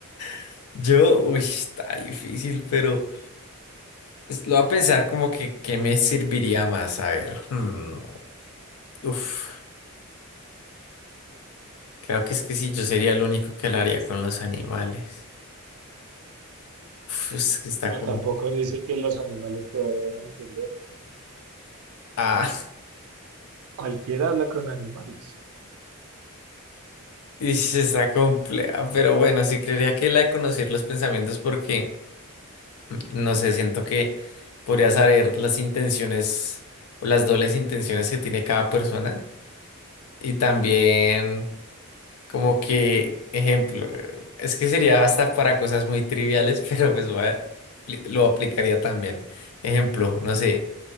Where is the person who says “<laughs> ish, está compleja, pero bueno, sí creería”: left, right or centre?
Left